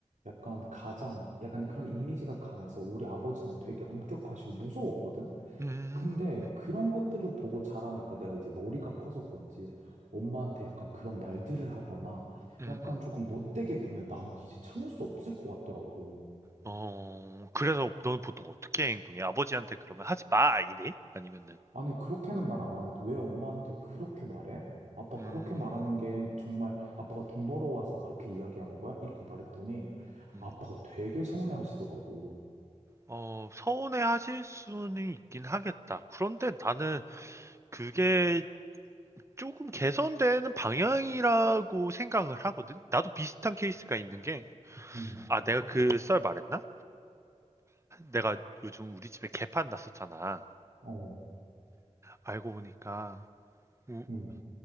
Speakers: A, on the right; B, on the right.
A: 약간 가장, 약간 그런 이미지가 강해서 우리 아버지는 되게 엄격하시고 무서웠거든?
B: 음,
A: 근데
B: 음,
A: 그런 것들을 보고 자라니까 내가 이제 머리가 커서 그런지 엄마한테 약간 그런 말들을 하거나
B: 음.
A: 약간
B: 음.
A: 조금 못되게 굴면 난 이제 참을 수 없을 것 같더라고.
B: 어, 그래서 너는 보통 어떻게 행동해? 아버지한테 그러면 하지 마! 이래? 아니면은,
A: 아니, 그렇게는 말 안 하는데 왜 엄마한테 그렇게 말해? 아빠
B: 음,
A: 그렇게 말하는 게 정말 아빠가 돈 벌어와서 그렇게 이야기하는 거야? 이렇게 말했더니
B: 음.
A: 아빠가 되게 서운해 하시더라고.
B: 어, 서운해 하실 수는 있긴 하겠다. 그런데 나는 그게 조금 개선되는 방향이라고 생각을 하거든. 나도 비슷한 케이스가 있는 게,
A: 음,
B: 아, 내가 그 썰 말했나? 내가 요즘 우리 집에 개판 났었잖아.
A: 어,
B: 알고 보니까, 우-
A: 음,